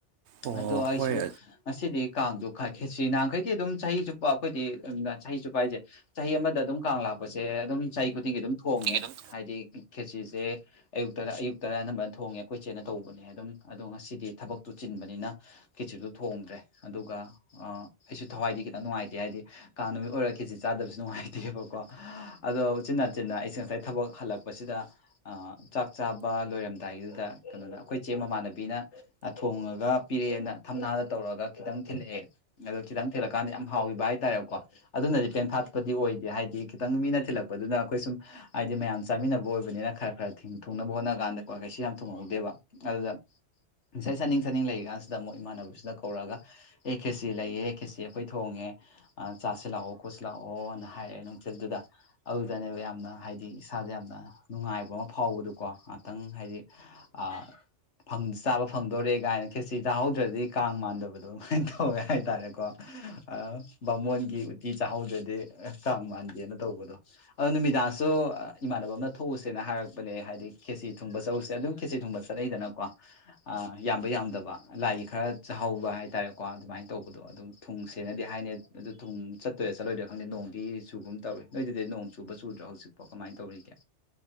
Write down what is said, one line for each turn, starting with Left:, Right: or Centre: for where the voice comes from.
Right: ꯑꯣ
Left: ꯑꯗꯣ ꯑꯩꯁꯨ
Right: ꯍꯣꯏ
Left: ꯉꯁꯤꯗꯤ ꯀꯥꯡꯁꯨ ꯈꯥꯏ ꯈꯦꯠ꯭ꯆꯔꯤ ꯅꯍꯥꯟꯈꯩꯗꯤ ꯑꯗꯨꯝ ꯆꯍꯤꯆꯨꯞ ꯄ ꯑꯩꯈꯣꯏꯗꯤ ꯆꯍꯤꯆꯨꯞꯄꯥ ꯍꯥꯢꯖꯦ ꯆꯍꯤ ꯑꯃꯗ ꯑꯗꯨꯝ ꯀꯥꯡ ꯂꯥꯛ ꯄꯁꯦ ꯑꯗꯨꯝ ꯆꯍꯤ ꯈꯨꯗꯤꯡꯒꯤ ꯑꯗꯨꯝ ꯊꯣꯡꯉꯦ
Right: ꯑꯗꯨꯝ
Left: ꯍꯥꯏꯗꯤ ꯈꯦꯠꯆꯤꯁꯦ ꯑꯌꯨꯛꯇ ꯑꯌꯨꯛ ꯇꯔꯥ ꯑꯅꯝꯕꯅ ꯊꯣꯡꯉꯦ ꯑꯩꯈꯣꯏꯆꯦꯅ ꯇꯧꯕꯅꯦ ꯑꯗꯨꯝ ꯑꯗꯣ ꯉꯁꯤꯗꯤ ꯊꯕꯛꯇꯨ ꯆꯤꯟꯕꯅꯤꯅ ꯀꯤꯠꯆ꯭ꯔꯤꯗꯨ ꯊꯣꯡꯗ꯭ꯔꯦ ꯑꯗꯨꯒ ꯑꯩꯁꯨ ꯊꯋꯥꯏꯗꯤ ꯈꯤꯇꯪ ꯅꯨꯡꯉꯥꯏꯇꯦ ꯍꯥꯏꯗꯤ ꯀꯥꯡ ꯅꯨꯃꯤꯠ ꯑꯣꯏꯔ ꯈꯦꯆꯤ ꯆꯥꯗꯕꯁꯦ ꯅꯨꯡꯉꯥꯏꯇꯦꯕꯀꯣ ꯑꯗꯣ ꯎꯆꯤꯟ ꯅꯥꯆꯤꯟꯅ ꯑꯩꯁꯦ ꯉꯁꯥꯏ ꯊꯕꯛ ꯍꯜꯂꯛꯄꯁꯤꯗ ꯑ ꯆꯥꯛ ꯆꯥꯕ ꯂꯣꯏꯔꯝꯗꯥꯏꯒꯤꯗꯨꯗ ꯀꯩꯅꯣꯅ ꯑꯩꯈꯣꯏ ꯆꯦ ꯃꯃꯥꯟꯅꯕꯤꯅ ꯑ ꯊꯣꯡꯉꯒ ꯄꯤꯔꯛꯑꯦꯅ ꯊꯝꯅꯥꯗ ꯇꯧꯔꯑꯒ ꯈꯤꯇꯪ ꯊꯤꯜꯂꯛꯑꯦ ꯑꯗꯣ ꯈꯤꯇꯪ ꯊꯤꯜꯂꯛꯀꯥꯟꯗ ꯌꯥꯝ ꯍꯥꯎꯈꯤꯕ ꯍꯥꯏꯇꯥꯔꯦꯀꯣ ꯑꯗꯨꯅꯗꯤ ꯄꯦꯟꯐꯥꯠꯄꯗꯤ ꯑꯣꯏꯗꯦ ꯍꯥꯏꯗꯤ ꯈꯤꯇꯪ ꯃꯤꯅ ꯊꯤꯜꯂꯛꯄꯗꯨꯅ ꯑꯩꯈꯣꯏ ꯁꯨꯝ ꯍꯥꯏꯗꯤ ꯃꯌꯥꯝ ꯆꯥꯃꯤꯟꯅꯕ ꯑꯣꯏꯕꯅꯤꯅ ꯈꯔ ꯈꯔ ꯊꯨꯡꯅꯕ ꯍꯣꯠꯅ ꯀꯥꯟꯗ ꯀ꯭ꯋꯥ ꯀꯩꯁꯨ ꯌꯥꯝ ꯊꯣꯡꯍꯧꯗꯦꯕ ꯑꯗꯨꯗ ꯉꯁꯥꯏ ꯆꯥꯅꯤꯡ ꯆꯥꯅꯤꯡ ꯂꯩꯔꯤ ꯉꯥꯏꯁꯤꯗ ꯑꯃꯨꯛ ꯏꯃꯥꯟꯅꯕꯁꯤꯅ ꯀꯧꯔꯛꯑꯒ ꯑꯦ ꯈꯦꯆꯤ ꯂꯩꯌꯦ ꯑꯦ ꯈꯦꯆꯤ ꯑꯩꯈꯣꯏ ꯊꯣꯡꯉꯦ ꯑ ꯆꯥꯁꯤ ꯂꯥꯛꯑꯣ ꯀꯣꯠꯁꯤ ꯂꯥꯛꯑꯣꯅ ꯍꯥꯏꯔꯛꯑꯦ ꯅꯨꯡꯆꯤꯜꯗꯨꯗ ꯑꯗꯨꯗꯅꯦꯕ ꯌꯥꯝꯅ ꯍꯥꯏꯗꯤ ꯏꯁꯥꯖꯦ ꯌꯥꯝꯅ ꯅꯨꯡꯉꯥꯏꯕ ꯑꯃ ꯐꯥꯎꯕꯗꯨꯀꯣ ꯉꯍꯥꯛꯇꯪ ꯍꯥꯏꯗꯤ ꯑꯥ ꯐꯪ ꯆꯥꯕ ꯐꯪꯗꯣꯔꯛꯑꯦ ꯀꯥꯏꯅ ꯈꯦꯠꯆꯤ ꯆꯥꯍꯧꯗ꯭ꯔꯗꯤ ꯀꯥꯡ ꯃꯥꯟꯗꯕꯗꯣ ꯑꯗꯨꯃꯥꯏꯅ ꯇꯧꯋꯦ ꯍꯥꯏꯇꯥꯔꯦꯀꯣ ꯑ ꯕꯥꯃꯣꯟꯒꯤ ꯎꯇꯤ ꯆꯥꯍꯧꯗ꯭ꯔꯗꯤ ꯀꯥꯡ ꯃꯥꯟꯗꯦꯅ ꯇꯧꯕꯗꯣ ꯑꯗꯨ ꯅꯨꯃꯤꯗꯥꯡꯁꯨ ꯏꯃꯥꯟꯅꯕ ꯑꯃꯅ ꯊꯣꯛꯎꯁꯦꯅ ꯍꯥꯏꯔꯛꯄꯅꯦ ꯍꯥꯏꯗꯤ ꯈꯦꯁꯤ ꯊꯨꯡꯕ ꯆꯧꯁꯦ ꯑꯗꯨꯝ ꯈꯦꯆꯤ ꯊꯣꯡꯕ ꯆꯠꯅꯩꯗꯅꯀꯣ ꯑꯥ ꯌꯥꯝꯕ ꯌꯥꯝꯗꯕ ꯂꯥꯏꯒꯤ ꯈꯔ ꯆꯥꯍꯧꯕ ꯍꯥꯏꯇꯥꯔꯦꯀꯣ ꯑꯗꯨꯃꯥꯏꯅ ꯇꯧꯕꯗꯣ ꯑꯗꯨꯝ ꯊꯨꯡꯁꯦ ꯆꯦꯅꯗꯤ ꯍꯥꯏꯅꯦ ꯑꯗꯨ ꯊꯨꯝ ꯆꯠꯇꯣꯏꯔ ꯆꯠꯂꯣꯏꯗ ꯈꯪꯗꯦ ꯅꯣꯡꯗꯤ ꯆꯨꯒꯨꯝ ꯇꯧꯔꯦ ꯅꯣꯏꯗꯨꯗꯤ ꯅꯣꯡ ꯆꯨꯕ ꯆꯨꯗ꯭ꯔꯣ ꯍꯧꯖꯤꯛ ꯄꯥ ꯀꯃꯥꯏ ꯇꯧꯔꯤꯒꯦ